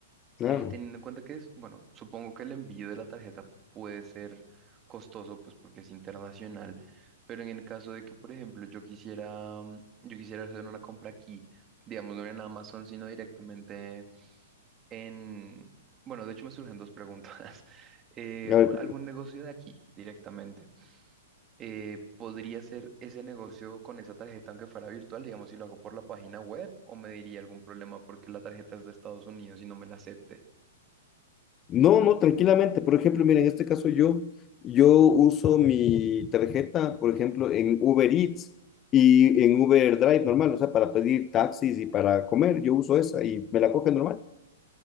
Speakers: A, on the left; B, on the right.
A: Claro.
B: Eh, teniendo en cuenta que es, bueno, supongo que el envío de la tarjeta puede ser costoso, pues porque es internacional, pero en el caso de que, por ejemplo, yo quisiera, mm, yo quisiera hacer una compra aquí, digamos, no en Amazon, sino directamente en, bueno, de hecho me surgen dos preguntas. <laughs> Eh,
A: A ver,
B: u- ¿algún negocio de aquí directamente? Eh, ¿podría ser ese negocio con esa tarjeta aunque fuera virtual? Digamos, si lo hago por la página web o me diría algún problema porque la tarjeta es de Estados Unidos y no me la acepte.
A: No, no, tranquilamente. Por ejemplo, mira, en este caso yo, yo uso mi tarjeta, por ejemplo, en Uber Eats y en Uber Drive normal, o sea, para pedir taxis y para comer, yo uso esa y me la coge normal.